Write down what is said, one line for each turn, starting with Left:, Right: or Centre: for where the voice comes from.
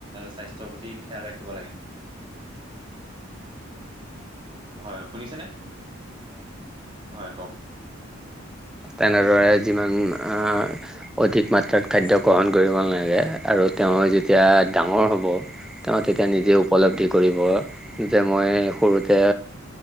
Right: স্বাস্থ্যৰ প্ৰতি খেয়াল ৰাখ- শিকিব লাগে। হয় শুনিছেনে হয়। কওক
Centre: তেনে ৰয়েত যিমান অধিক মাত্ৰাত খাদ্য গ্ৰহণ কৰিব নালাগে আৰু তেওঁ যেতিয়া ডাঙৰ হ'ব তেওঁ তেতিয়া নিজে উপলব্ধি কৰিব যে মই সৰুতে